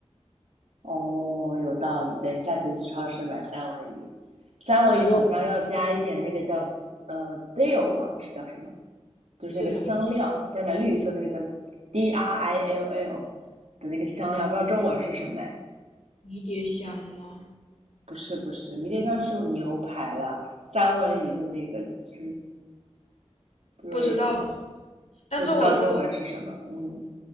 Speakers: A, on the right; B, on the left.
A: 哦，有道理。等一下就去超市买三文鱼，三文鱼好像要加一点那个叫呃
B: 对，我
A: dill 嘛，是叫什么？就是那个香料，
B: 是什么？
A: 加点绿色那个叫 D R I L L 的那个香料，
B: 呃，
A: 不知道中文是什么哎？
B: 迷迭香吗？
A: 不是不是，迷迭香是牛排啦，三文鱼的那个就是 dill，
B: 不知道是什么，但是我知。
A: 不知道中文是什么。嗯，